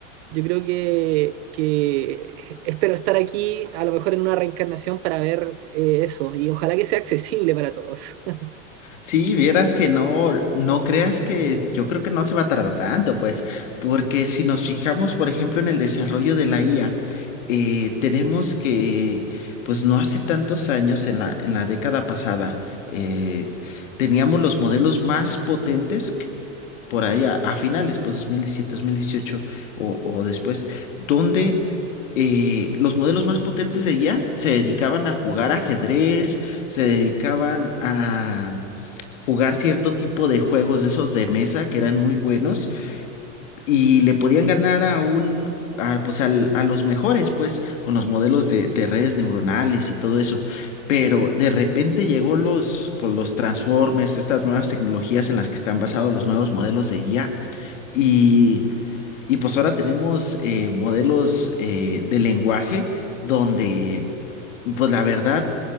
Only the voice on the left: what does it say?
Sí, vieras que no, no creas que yo creo que no se va a tardar tanto, pues, porque si nos fijamos, por ejemplo, en el desarrollo de la IA, eh, tenemos que, pues no hace tantos años, en la, en la década pasada, eh, teníamos los modelos más potentes c- por ahí a, a finales, pues dos dos mil diecisiete, dos mil dieciocho o, o después, donde... eh, los modelos más potentes de IA se dedicaban a jugar ajedrez, se dedicaban a jugar cierto tipo de juegos de esos de mesa que eran muy buenos y le podían ganar a un, a, pues al- a los mejores, pues con los modelos de, de redes neuronales y todo eso. Pero de repente llegó los, pues, los Transformers, estas nuevas tecnologías en las que están basados los nuevos modelos de IA y y pues ahora tenemos eh, modelos eh, de lenguaje donde, pues la verdad,